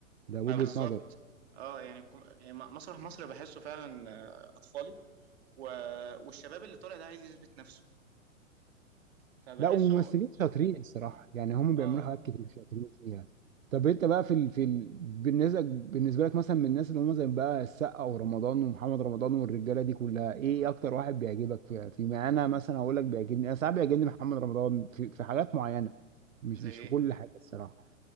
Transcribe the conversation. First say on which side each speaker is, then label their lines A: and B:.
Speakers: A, on the right; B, on the right.
A: ده
B: ما
A: وجهه
B: بالظبط
A: نظري
B: اه يعني, الكم... يعني م- مسرح مصر بحسه فعلا آه، اطفالي و... والشباب اللي طالع ده عايز يثبت نفسه فبحسه
A: لا وممثلين شاطرين الصراحة يعني هم
B: اه
A: بيعملوا حاجات كتير شاطرين فيها طب انت بقى في ال... في ال... بالنسبة بالنسبة لك مثلا من الناس اللي هم زي بقى السقا ورمضان ومحمد رمضان والرجالة دي كلها ايه اكتر واحد بيعجبك في في ما انا مثلا هقول لك بيعجبني انا ساعات بيعجبني محمد رمضان في... في حاجات معينة مش
B: زي
A: مش
B: ايه
A: في كل حاجة الصراحة